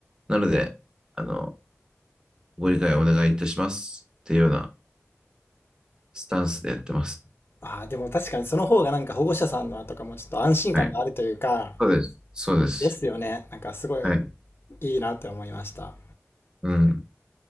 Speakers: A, on the right (about 15°); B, on the left (about 45°).
A: なので、あの、ご理解お願いいたします。っていうようなスタンスでやってます。
B: ああ、でも確かにその方がなんか保護者さんのとかもちょっと安心感があるというか、
A: はい。そうです。そうです。
B: ですよね。なんかすごい
A: はい。
B: いいなって思いました。
A: うん。